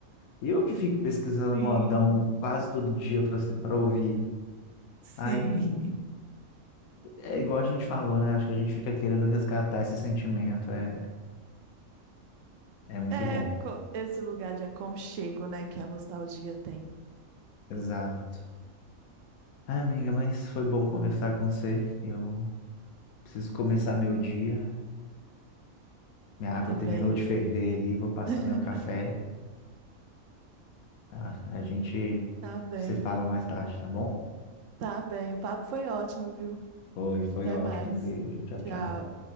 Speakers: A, on the left; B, on the right.
A: Eu que fico pesquisando
B: sim,
A: modão quase todo dia para para ouvir.
B: sim.
A: Aí é igual a gente falou, né? Acho que a gente fica querendo resgatar esse sentimento. É, é muito
B: É
A: bom.
B: co- esse lugar de aconchego, né, que a nostalgia tem.
A: Exato. Ah, amiga, mas foi bom conversar com você. Eu preciso começar meu dia. Minha água
B: Eu também.
A: terminou de ferver ali, vou passar
B: <laughs>
A: meu café, tá? A gente
B: Tá bem.
A: se fala mais tarde, tá bom?
B: Tá bem, o papo foi ótimo, viu?
A: Foi, foi
B: Até
A: ótimo.
B: mais.
A: Um beijo. Tchau,
B: Tchau.
A: tchau.